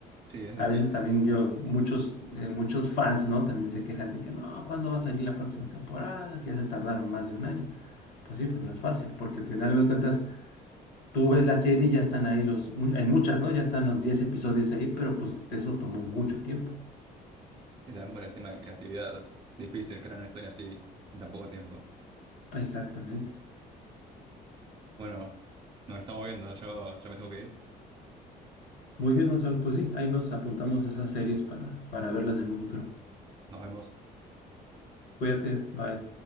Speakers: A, on the right; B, on the left.
A: Sí, es difícil.
B: a veces también yo, muchos, eh, muchos fans, ¿no? También se quejan de que no, ¿cuándo va a salir la próxima temporada? Que ya se tardaron más de un año. Pues sí, pues no es fácil, porque al final de cuentas tú ves la serie y ya están ahí los, mu- en muchas, ¿no? Ya están los 10 episodios ahí, pero pues eso tomó mucho tiempo.
A: Y también por el tema de creatividad, es difícil crear una historia así en tan poco tiempo.
B: Exactamente.
A: Bueno, nos estamos viendo, yo ya me tengo que ir,
B: Muy bien, Gonzalo, pues sí, ahí nos apuntamos esas series para, para verlas en un futuro.
A: nos vemos.
B: Cuídate, bye.